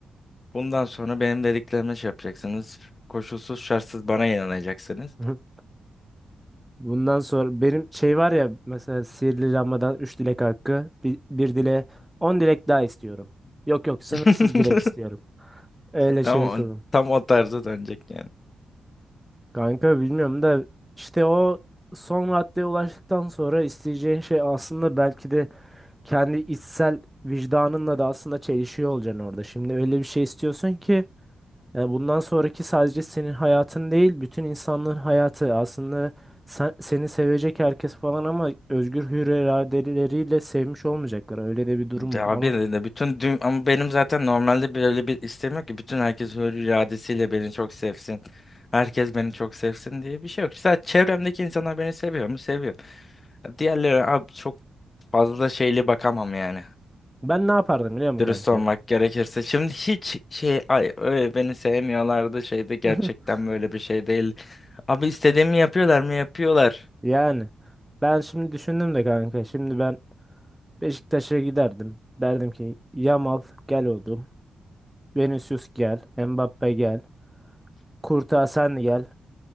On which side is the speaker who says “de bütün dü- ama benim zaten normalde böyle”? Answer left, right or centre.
Left